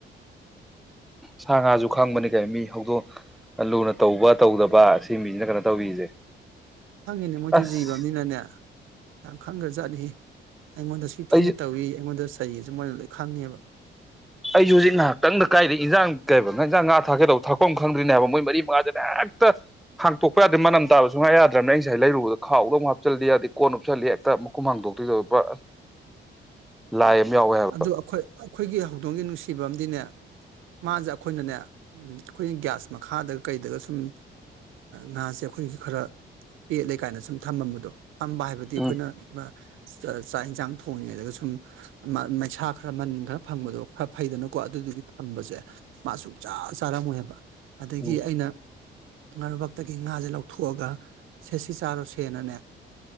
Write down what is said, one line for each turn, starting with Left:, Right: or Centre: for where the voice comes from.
Centre: ꯁꯥ ꯉꯥꯁꯨ ꯈꯪꯕꯅꯤ ꯃꯤ ꯍꯧꯗꯣꯛ ꯂꯨꯅ ꯇꯧꯕ ꯇꯧꯗꯕ ꯁꯤ ꯃꯤꯁꯤꯅ ꯀꯩꯅꯣ ꯇꯧꯕꯤꯁꯦ
Right: ꯈꯪꯉꯤꯅꯦ ꯃꯣꯏꯁꯨ
Centre: ꯑꯁ
Right: ꯖꯤꯕ ꯑꯃꯅꯤꯅꯅꯦ ꯌꯥꯝ ꯈꯪꯒ꯭ꯔ ꯖꯥꯠꯅꯤꯍꯦ ꯑꯩꯉꯣꯟꯗꯁꯨ
Centre: ꯑꯩꯁꯨ
Right: ꯊꯤꯅ ꯇꯧꯏꯤ ꯑꯩꯉꯣꯟꯗꯁꯨ ꯑꯩꯒꯤꯁꯨ ꯃꯣꯏꯅ ꯂꯣꯏ ꯈꯪꯉꯦꯕ
Centre: ꯑꯩꯖꯨ ꯍꯧꯖꯤꯛ ꯅꯍꯥꯛꯇꯪꯗ ꯀꯥꯏꯗ ꯏꯟꯖꯥꯡ ꯀꯩꯕ ꯏꯟꯖꯥꯡ ꯉꯥ ꯊꯥꯛꯀꯦꯗꯧꯕ ꯊꯥꯛꯐꯝ ꯑꯃ ꯈꯪꯗ꯭ꯔꯤꯅꯦ ꯍꯥꯏꯕ ꯃꯣꯏ ꯃꯔꯤ ꯃꯉꯥꯖꯤꯅ ꯍꯦꯛꯇ ꯍꯥꯡꯇꯣꯛꯄ ꯌꯥꯗꯦ ꯃꯅꯝ ꯇꯥꯕ ꯁꯨꯡ ꯉꯥ ꯌꯥꯗ꯭ꯔꯕꯅꯦ ꯑꯩ ꯉꯁꯥꯏ ꯂꯩꯔꯨꯕꯗ ꯈꯥꯎꯗ ꯑꯃꯨꯛ ꯍꯥꯞꯆꯜꯂꯤ ꯌꯥꯗꯦ ꯀꯣꯟ ꯎꯞꯁꯜꯂꯤ ꯍꯦꯛꯇ ꯃꯈꯨꯝ ꯍꯥꯡꯇꯣꯛꯇꯨꯏꯗ ꯍꯦꯛꯇ ꯂꯥꯏ ꯑꯃ ꯌꯥꯎꯋꯦ ꯍꯥꯏꯕ
Right: ꯑꯗꯨ ꯑꯈꯣꯏ ꯑꯩꯈꯣꯏꯒꯤ ꯍꯧꯗꯣꯡꯒꯤ ꯅꯨꯡꯁꯤꯕ ꯑꯝꯗꯤꯅꯦ ꯃꯥꯖꯦ ꯑꯩꯈꯣꯏꯅꯅꯦ ꯑꯩꯈꯣꯏꯒꯤ ꯒ꯭ꯌꯥꯁ ꯃꯈꯥꯗꯒ ꯀꯩꯗꯒ ꯁꯨꯝ ꯉꯥꯁꯦ ꯑꯩꯈꯣꯏꯒꯤ ꯈꯔ ꯄꯦꯠꯂꯦ ꯀꯥꯏꯅ ꯁꯨꯝ ꯊꯝꯃꯝꯕꯗꯣ ꯐꯝꯕ ꯍꯥꯏꯕꯗꯤ ꯑꯩꯈꯣꯏꯅ
Centre: ꯎꯝ
Right: ꯑꯃ ꯆ ꯆꯥꯛ ꯍꯦꯟꯖꯥꯡꯡ ꯊꯣꯡꯉꯤꯉꯩꯗꯒ ꯁꯨꯝ ꯑꯃ ꯃꯩꯁꯥ ꯈꯔ ꯃꯅꯤꯟ ꯈꯔ ꯐꯪꯕꯗꯣ ꯈꯔ ꯐꯩꯗꯅꯀꯣ ꯑꯗꯨꯗꯨꯒꯤ ꯊꯝꯕꯖꯦ ꯃꯥ ꯁꯨꯡꯆꯥ ꯆꯥꯔꯝꯃꯣꯏ ꯍꯥꯏꯕ ꯑꯗꯒꯤ
Centre: ꯎꯝ
Right: ꯑꯩꯅ ꯉꯥꯔꯨꯕꯥꯛꯇꯒꯤ ꯉꯥꯖꯦ ꯂꯧꯊꯣꯛꯑꯒ ꯁꯦ ꯁꯤ ꯆꯥꯔꯣꯁꯦꯅꯅꯦ